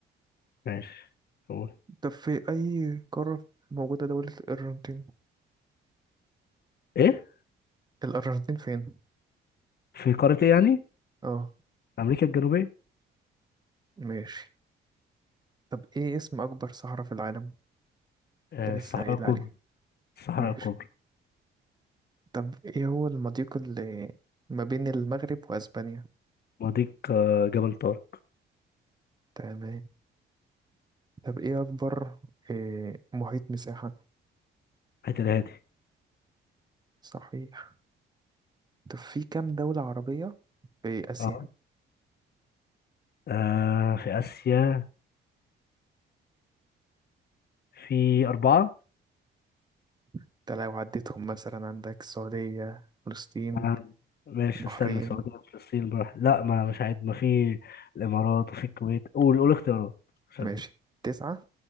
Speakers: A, on the left (about 55°); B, on the right (about 20°).
A: ماشي قول
B: طب في أي قارة موجودة دولة الأرجنتين؟
A: ايه
B: الأرجنتين فين؟
A: في قارة ايه يعني
B: آه
A: أمريكا الجنوبية
B: ماشي طب إيه اسم أكبر صحراء في العالم؟
A: آه،
B: انت لسه
A: الصحراء
B: قايل
A: الكبرى
B: عليه
A: الصحراء
B: ماشي
A: الكبرى
B: طب ايه هو المضيق اللي ما بين المغرب واسبانيا
A: مضيق آه، جبل طارق
B: تمام طب ايه اكبر إيه محيط مساحة
A: حتى الهادي
B: صحيح طب في كام دولة عربية في اسيا
A: اه آه، في آسيا في أربعة
B: انت لو عديتهم مثلا عندك السعودية فلسطين
A: آه، ماشي
B: بحرين
A: استنى السعودية فلسطين براح لا ما مش عايز ما في الإمارات وفي الكويت قول قول اختيارات عشان
B: ماشي تسعة